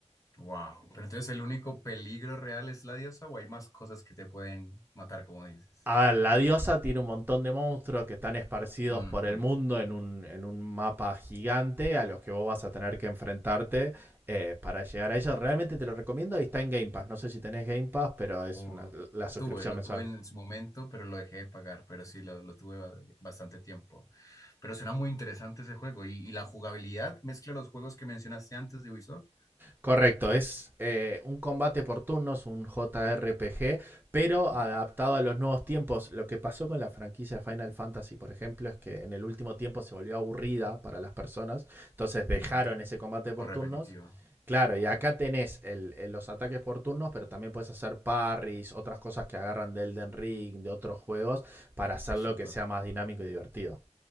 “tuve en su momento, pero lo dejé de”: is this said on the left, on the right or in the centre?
Left